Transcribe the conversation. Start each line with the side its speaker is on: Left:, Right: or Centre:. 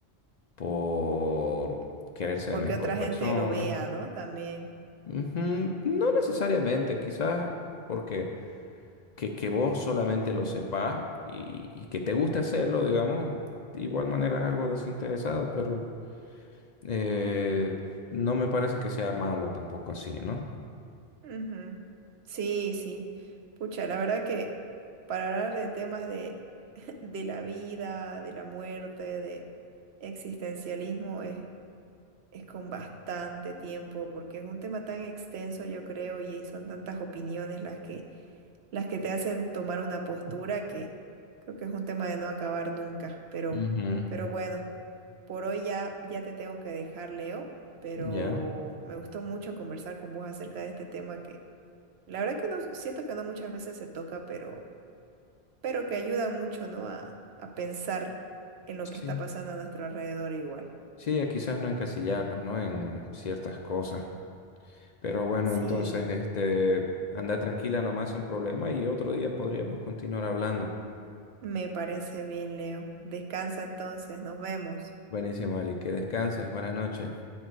Left: por querer ser
Right: porque
Left: mejor
Right: otra
Left: persona.
Right: gente lo vea, ¿no? También.
Left: Ujú, No necesariamente, quizás porque que, que vos solamente lo sepas y, y que te guste hacerlo, digamos, de igual manera es algo desinteresado, pero eh, no me parece que sea malo tampoco así, ¿no?
Right: Ujú. Sí, sí. Pucha, la verdad que para hablar de temas de, <laughs> de la vida, de la muerte, de existencialismo, es, Es con bastante tiempo, porque es un tema tan extenso, yo creo, y son tantas opiniones las que, las que te hacen tomar una postura que creo que es un tema de no acabar nunca. Pero,
Left: Ujú,
Right: pero bueno, por hoy ya, ya te tengo que dejar, Leo, pero
Left: Ya,
Right: me gustó mucho conversar con vos acerca de este tema que la verdad que no siento que no muchas veces se toca, pero, pero que ayudan mucho, ¿no? A, a pensar en lo que
Left: sí.
Right: está pasando a nuestro alrededor igual.
Left: Sí, a quizás no encasillarnos, ¿no? En ciertas cosas. Pero bueno,
Right: Sí.
Left: entonces, este, anda tranquila nomás sin problema y otro día podríamos continuar hablando.
Right: Me parece bien, Leo. Descansa entonces, nos vemos.
Left: Buenísimo, Ali, que descanses, buenas noches.